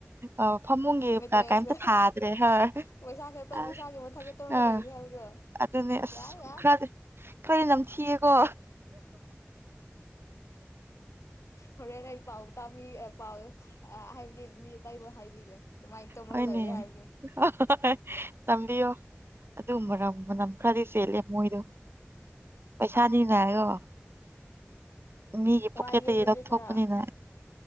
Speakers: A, on the right (about 55°); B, on the left (about 80°).
A: ꯑ ꯐꯃꯨꯡꯒꯤ
B: ꯃꯦꯇ꯭ꯔꯦꯁꯀ
A: ꯀ ꯀꯩꯝꯇ ꯊꯥꯗ꯭ꯔꯦ ꯍꯣꯏ
B: ꯄꯩꯁꯥ ꯈꯛꯇ
A: ꯑ
B: ꯄꯩꯁꯥꯒꯤ ꯃꯊꯛꯇ ꯇꯧꯔꯒ
A: ꯑ
B: ꯂꯩꯕꯅꯤ ꯍꯥꯏꯕꯗꯣ
A: ꯑꯗꯨ ꯑꯗꯨꯁ
B: ꯌꯥꯏ ꯌꯥꯏ
A: ꯈꯔꯗ ꯀꯔ ꯅꯝ ꯊꯤꯌꯦꯀꯣ
B: ꯍꯔꯦ ꯊ ꯄꯥꯎ ꯇ ꯃꯤ ꯄꯥꯎꯋꯦ ꯍꯥꯏꯕꯗꯤ ꯃꯤ ꯑꯇꯥꯏꯕ ꯍꯥꯏꯕꯤꯒꯦ ꯑꯗꯨꯃꯥꯏꯅ ꯇꯧꯃꯒ
A: ꯍꯣꯏꯅꯦ
B: ꯂꯩꯔꯦ ꯍꯥꯏꯁꯨ
A: ꯍꯣꯏ ꯇꯝꯕꯤꯌꯣ ꯑꯗꯨ ꯃꯔꯝ ꯃꯅꯝ ꯈꯔꯗꯤ ꯆꯦꯠꯂꯦ ꯃꯣꯏꯗꯣ ꯄꯩꯁꯥꯅꯤꯅ ꯍꯥꯏꯔꯣ ꯃꯤꯒꯤ ꯄꯣꯀꯦꯠꯇꯒꯤ
B: ꯋꯥꯏꯒꯦ ꯑꯗꯨꯗꯤ
A: ꯂꯧꯊꯣꯛꯄꯅꯤꯅ
B: ꯈꯔ